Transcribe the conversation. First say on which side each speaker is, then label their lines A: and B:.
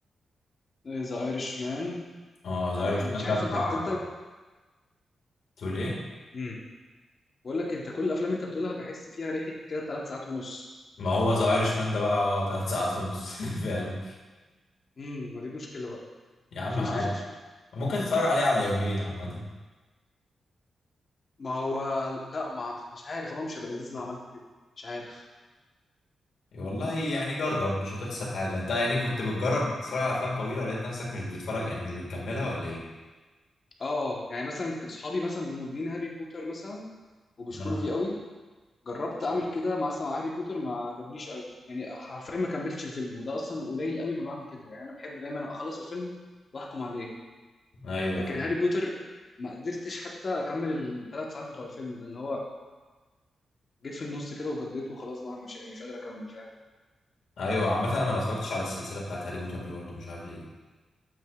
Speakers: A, on the left; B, on the left.
A: ذا ايرش مان
B: اه ذا
A: انا
B: ايرش
A: بح... مش
B: مان
A: عارف
B: ده بتاع
A: انت بس انت
B: تقول ايه
A: امم بقول لك انت كل الافلام انت بتقولها بحس فيها ريحه كده ثلاث ساعات ونص
B: ما هو ذا ايرش مان ده بقى اه تلات ساعات ونص <laughs> فعلا
A: امم ما دي مشكله بقى
B: <laughs> يا عم
A: <laughs>
B: عادي ممكن تتفرج عليه على يومين عامه
A: ما هو لا ما أعتقد- مش عارف الموضوع مش هيبقى لذيذ لو عملت كده مش عارف
B: والله يعني جرب مش هتخسر حاجه انت يعني كنت بتجرب تتفرج على افلام طويله ولقيت نفسك مش بتتفرج يعني مش بتكملها ولا ايه
A: اه يعني مثلا صحابي مثلا مدمنين هاري بوتر مثلا وبيشكروا
B: آه.
A: فيه قوي جربت اعمل كده مع مثلا مع هاري بوتر ما عجبنيش قوي يعني حرفيا ما كملتش الفيلم وده اصلا قليل قوي ما بعمل كده يعني انا بحب دايما اخلص الفيلم واحكم عليه
B: ايوه
A: لكن هاري بوتر ما قدرتش حتى اكمل الثلاث ساعات بتوع الفيلم ده اللي هو جيت في النص كده وجديت وخلاص بقى مش مش قادر اكمل فاهم
B: ايوه عامة انا ما اتفرجتش على السلسلة بتاعت هاري بوتر دي برضه مش عارف ليه